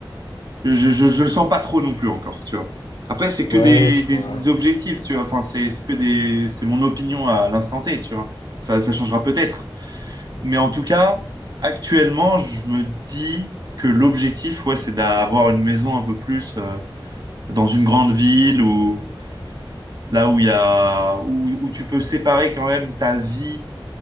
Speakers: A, on the right; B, on the left.
A: je, je, je le sens pas trop non plus encore, tu vois. Après, c'est que
B: Ouais,
A: des,
B: je
A: des
B: vois.
A: objectifs, tu vois. Enfin, c'est c'est que des, c'est mon opinion à l'instant T, tu vois. Ça, ça changera peut-être. Mais en tout cas, actuellement, je me dis que l'objectif, ouais, c'est d'avoir une maison un peu plus euh, dans une grande ville ou là où il y a, où, où tu peux séparer quand même ta vie